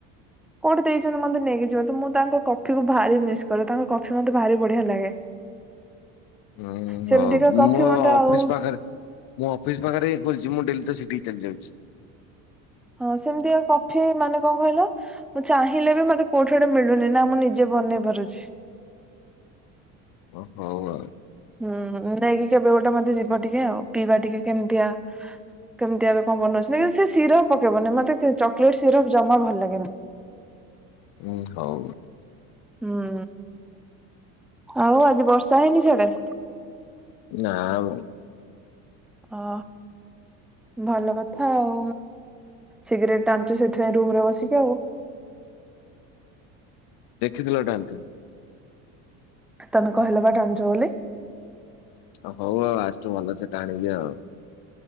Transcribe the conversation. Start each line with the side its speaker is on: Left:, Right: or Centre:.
Centre: କୋଉଠି ଦେଇଚନ୍ତି ମତେ ନେଇକି ଯିବ ତ ମୁଁ ତାଙ୍କ କଫିକୁ ଭାରି ମିସ୍ କରେ ତାଙ୍କ କଫି ମତେ ଭାରି ବଢ଼ିଆ ଲାଗେ।
Left: ହୁଁ
Centre: ସେମିତିକା
Left: ହଉ
Centre: କଫି
Left: ମୋ
Centre: ମତେ
Left: ଅଫିସ
Centre: ଆଉ
Left: ପାଖରେ ମୋ ଅଫିସ ପାଖରେ ହିଁ ଖୋଲିଚି ମୁଁ ଡ଼େଲି ତ ସେଠିକି ଚାଲି ଯାଉଚି।
Centre: ହଁ ସେମିତିଆ କଫି ମାନେ କଣ କହିଲ ମୁଁ ଚାହିଁଲେ ବି ମତେ କୋଉଠି ଗୋଟେ ମିଳୁନି ନା ମୁଁ ନିଜେ ବନେଇ ପାରୁଚି।
Left: ଓ ହୋଉ ଆ
Centre: ହୁଁ ନେଇକି କେବେ ଗୋଟେ ମତେ ଯିବ ଟିକେ ଆଉ ପିଇବା ଟିକେ କେମିତିଆ କେମିତି ଏବେ କଣ ବନଉଛନ୍ତି କି ସେ ସିରପ୍ ପକେଇବନି ମତେ କି ଚକଲେଟ୍ ସିରପ୍ ଜମା ଭଲ ଲାଗେନି।
Left: ହୁଁ ହଉ।
Centre: ହୁଁ ଆଉ ଆଜି ବର୍ଷା ହେଇନି ସିଆଡ଼େ?
Left: ନା ବ।
Centre: ଓ ଭଲ କଥା ଆଉ। ସିଗରେଟ ଟାଞ୍ଚୁ ସେଥିପାଇଁ ରୁମ୍ ରେ ବସିକି ଆଉ।
Left: ଦେଖିଥିଲ ଟାଣିଥିନି?
Centre: ତମେ କହିଲ ବା ଟାଣୁଚ ବୋଲି।
Left: ଓ ହୋଉ ଆଉ ଆଜିଠୁ ଭଲସେ ଟାଣିବି ଆଉ।